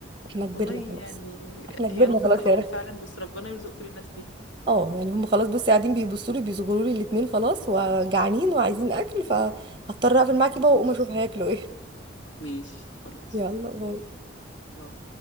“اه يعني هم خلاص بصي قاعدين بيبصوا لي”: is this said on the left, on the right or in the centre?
Right